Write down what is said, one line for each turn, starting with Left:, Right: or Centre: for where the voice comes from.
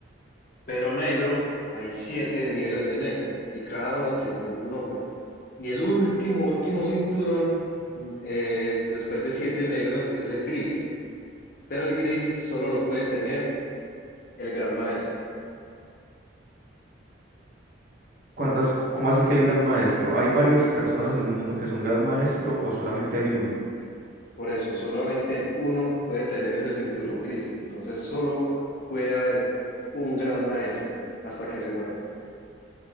Left: pero negro, hay siete niveles de negro y cada uno tiene su nombre. Y el último, último cinturón mm, es, después de siete negros, es el gris, pero el gris solo lo puede tener el gran maestro.
Right: ¿Cuántas, c- cómo así que el gran maestro? ¿Hay varias personas en el mundo que son gran maestro o solamente hay uno?
Left: Por eso, solamente uno puede tener ese cinturón gris. Entonces, solo puede haber un gran maestro hasta que se muera.